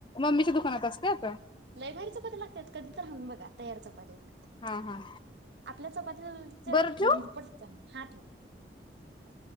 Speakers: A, on the left (about 25°); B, on the right (about 75°).
A: मम्मीच्या दुकानात असते आता
B: लयभारी चपाती लागत्यात कधी तर, हाणून बघा तयार चपाती एक
A: हा हा
B: आपल्या चपातीच्या
A: बरं ठेवू?
B: दुप्पट हा ठेव.